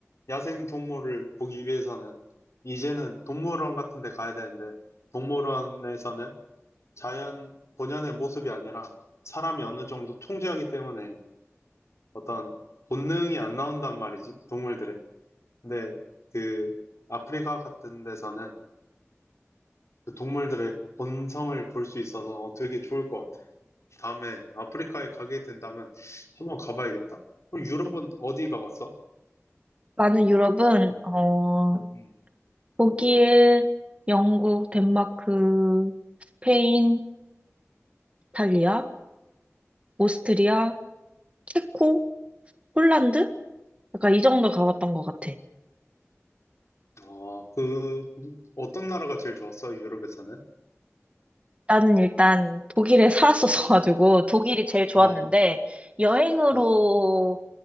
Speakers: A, on the left; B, on the right.
A: 야생 동물을 보기 위해서는 이제는 동물원 같은 데 가야 되는데 동물원에서는 자연 본연의 모습이 아니라 사람이 어느 정도 통제하기 때문에 어떤 본능이 안 나온단 말이지, 동물들의. 근데 그 아프리카 같은 데서는 그 동물들의 본성을 볼 수 있어서 어, 되게 좋을 것 같아. 다음에 아프리카에 가게 된다면 한번 가봐야겠다. 그럼 유럽은 어디 가봤어?
B: 나는 유럽은, 어,
A: 음.
B: 독일, 영국, 덴마크, 스페인, 이탈리아, 오스트리아, 체코, 폴란드? 약간 이 정도 가봤던 것 같아.
A: 어, 그, 어떤 나라가 제일 좋았어, 유럽에서는?
B: 나는 일단 독일에 <laughs> 살았었어가지고 독일이 제일 좋았는데
A: 어,
B: 여행으로
A: 어,